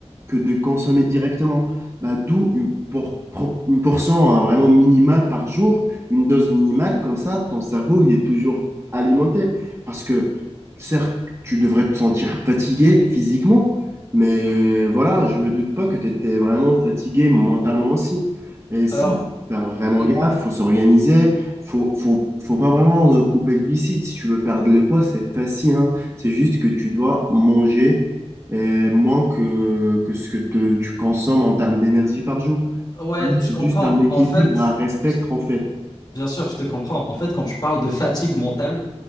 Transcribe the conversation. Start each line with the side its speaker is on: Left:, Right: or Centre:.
Right: que de consommer directement. Bah, d'où une, por- pro- une portion hein, vraiment minimale par jour, une dose minimale, comme ça, ton cerveau, il est toujours alimenté. Parce que, certes, tu devrais te sentir fatigué physiquement, mais voilà, je me doute pas que tu étais vraiment fatigué mentalement aussi. Et ça,
Left: Alors,
Right: faut faire vraiment
Left: euh,
Right: gaffe, faut s'organiser, faut, faut, faut pas vraiment euh, couper le glucide. Si tu veux perdre le poids, c'est facile, hein. C'est juste que tu dois manger euh, moins que, que ce que te- tu consommes en termes d'énergie par jour.
Left: ouais,
Right: Vraiment,
Left: je
Right: C'est
Left: comprends.
Right: juste un équilibre
Left: En fait,
Right: à respecter
Left: je-
Right: en fait.
Left: Bien sûr, je te comprends. En fait, quand tu parles de fatigue mentale,